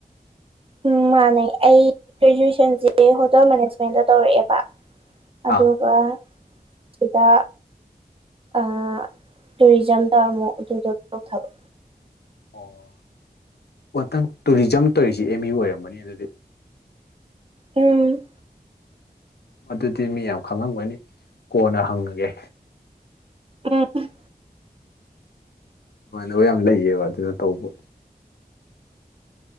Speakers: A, on the right; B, on the left.
A: ꯎꯝ ꯃꯥꯥꯟꯅꯦ ꯑꯩ ꯒ꯭ꯔꯦꯖꯨꯑꯦꯁꯟꯁꯦ ꯍꯣꯇꯦꯜ ꯃꯦꯅꯦꯖꯃꯦꯟꯗ ꯇꯧꯔꯛꯑꯦꯕ ꯑꯗꯨꯒ
B: ꯑꯥ
A: ꯁꯤꯗ ꯑꯥ ꯇꯨꯔꯤꯖꯝꯗ ꯑꯃꯨꯛ ꯑꯗꯨꯗ ꯇꯧꯊꯕ
B: ꯑꯣ ꯃꯊꯪ ꯇꯨꯔꯤꯖꯝ ꯇꯧꯔꯤꯁꯤ ꯑꯦꯝ ꯌꯨ ꯑꯣꯏꯔꯝꯕꯅꯤ ꯑꯗꯨꯗꯤ
A: ꯎꯝ
B: ꯑꯗꯨꯗꯤ ꯃꯤ ꯌꯥꯝ ꯈꯪꯉꯝꯒꯅꯤ ꯀꯣꯟꯅ ꯍꯪꯉꯒꯦ
A: ꯎꯝ
B: ꯏꯃꯟꯅꯕ ꯌꯥꯝ ꯂꯩꯌꯦꯕ ꯑꯗꯨꯗ ꯇꯧꯕ